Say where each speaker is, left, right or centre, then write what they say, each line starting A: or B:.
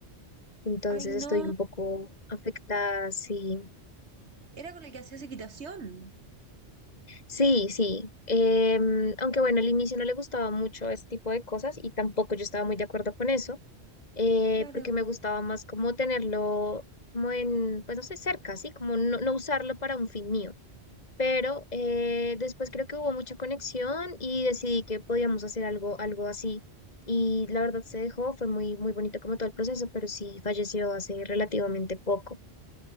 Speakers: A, on the left; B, on the right.
A: Entonces
B: Ay
A: estoy
B: no,
A: un poco afectada, sí.
B: era con el que hacías equitación.
A: Sí, sí. Em, aunque bueno, al inicio no le gustaba mucho ese tipo de cosas y tampoco yo estaba muy de acuerdo con eso eh,
B: Claro.
A: porque me gustaba más como tenerlo como en, pues no sé, cerca, ¿sí? Como no, no usarlo para un fin mío. Pero eh, después creo que hubo mucha conexión y decidí que podíamos hacer algo, algo así. Y la verdad se dejó, fue muy, muy bonito como todo el proceso, pero sí falleció hace relativamente poco.